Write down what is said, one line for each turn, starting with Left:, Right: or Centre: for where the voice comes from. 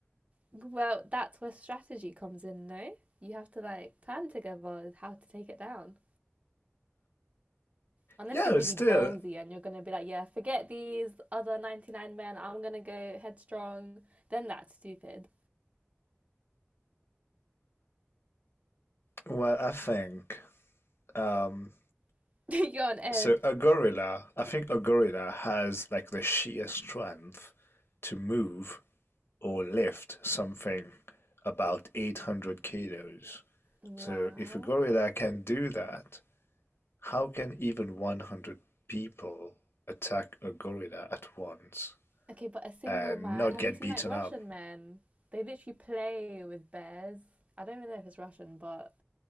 Right: Well, that's where strategy comes in, no? You have to like plan together how to take it down. Unless
Left: Yeah,
Right: you're
Left: it's
Right: really
Left: still,
Right: ballsy and you're going to be like, yeah, forget these other 99 men, I'm going to go headstrong, then that's stupid.
Left: well, I think. Um,
Right: <laughs> You're on edge.
Left: so a gorilla, I think a gorilla has like the sheer strength to move or lift something about 800 kilos.
Right: Wow.
Left: So if a gorilla can do that, how can even 100 people attack a gorilla at once
Right: Okay, but a single
Left: and
Right: man,
Left: not
Right: have
Left: get
Right: you seen
Left: beaten
Right: like Russian
Left: up?
Right: men? They literally play with bears. I don't even know if it's Russian, but